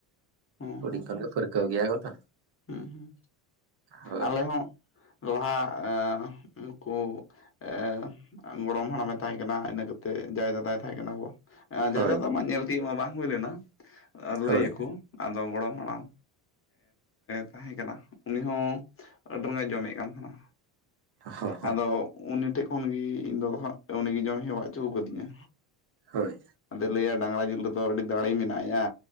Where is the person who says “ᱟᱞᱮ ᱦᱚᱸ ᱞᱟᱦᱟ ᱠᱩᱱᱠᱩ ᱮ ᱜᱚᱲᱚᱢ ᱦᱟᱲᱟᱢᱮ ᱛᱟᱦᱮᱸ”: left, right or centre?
Left